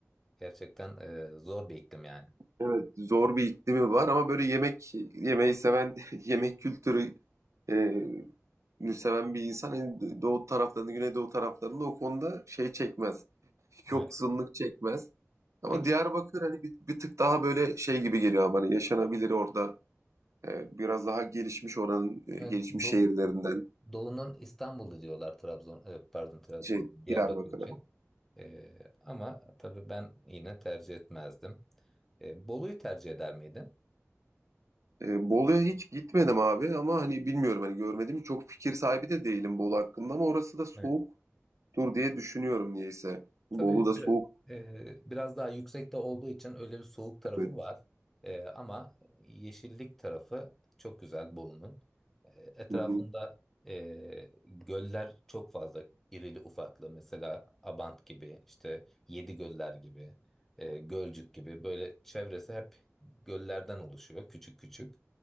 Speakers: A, in the centre; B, on the right.
A: Gerçekten e, zor bir iklim yani.
B: evet zor bir iklimi var ama böyle yemek yemeyi seven <laughs> yemek kültürü e, nü seven bir insan hani doğu taraflarında Güneydoğu taraflarında o konuda şey çekmez. Yoksunluk
A: Evet.
B: çekmez. Ama
A: Peki
B: Diyarbakır hani bir, bir tık daha böyle şey gibi geliyor bana yaşanabilir orada. E, biraz daha gelişmiş oranın e, gelişmiş
A: evet, Do-
B: şehirlerinden
A: Doğu'nun İstanbul'u diyorlar Trabzon, e, pardon Trabzon,
B: şey
A: Diyarbakır
B: Diyarbakır'a.
A: için. E, ama tabii ben yine tercih etmezdim. E, Bolu'yu tercih eder miydin?
B: E, Bolu'ya hiç gitmedim abi ama hani bilmiyorum hani görmedim çok fikir sahibi de değilim Bolu hakkında ama orası da soğuktur
A: Evet.
B: diye düşünüyorum niyeyse. Bolu
A: Tabii
B: da
A: bir-
B: soğuk
A: e, biraz daha yüksekte olduğu için öyle bir soğuk tarafı
B: evet.
A: var. E, ama yeşillik tarafı çok güzel Bolu'nun. E, etrafında
B: Hı hı.
A: e, göller çok fazla irili ufaklı. Mesela Abant gibi, işte Yedi Göller gibi, e, Gölcük gibi böyle çevresi hep göllerden oluşuyor küçük küçük.